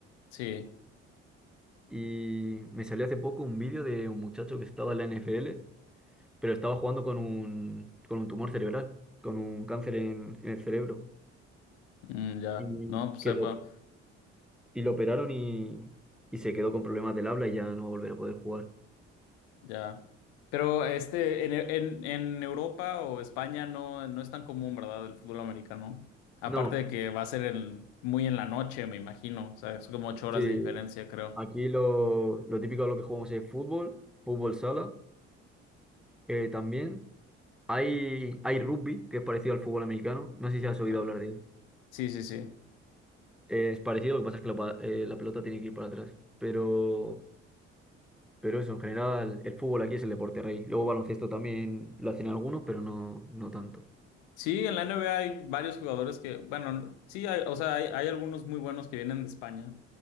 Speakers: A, on the left; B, in the centre.
A: Sí,
B: Y me salió hace poco un vídeo de un muchacho que estaba en la NFL, pero estaba jugando con un, con un tumor cerebral, con un cáncer en en el cerebro
A: Mm, ya.
B: y
A: No, pues
B: que
A: sepa,
B: lo, y lo operaron y, y se quedó con problemas del habla y ya no va a volver a poder jugar.
A: ya. Pero este, en, en, en Europa o España no, no es tan común, ¿verdad? El fútbol americano. Aparte
B: No,
A: de que va a ser en- muy en la noche, me imagino. O sea, es como ocho horas
B: sí,
A: de diferencia, creo.
B: aquí lo, lo típico de lo que jugamos es fútbol, fútbol sala, eh, también. Hay, hay rugby, que es parecido al fútbol americano. No sé si has oído
A: Ah,
B: hablar de él.
A: Sí, sí, sí.
B: Eh, es parecido, lo que pasa es que la, pa- eh, la pelota tiene que ir para atrás. Pero, pero eso, en general, el fútbol aquí es el deporte rey. Luego baloncesto también lo hacen algunos, pero no, no tanto.
A: Sí, en la NBA hay varios jugadores que, bueno, sí, hay, o sea, hay, hay algunos muy buenos que vienen de España.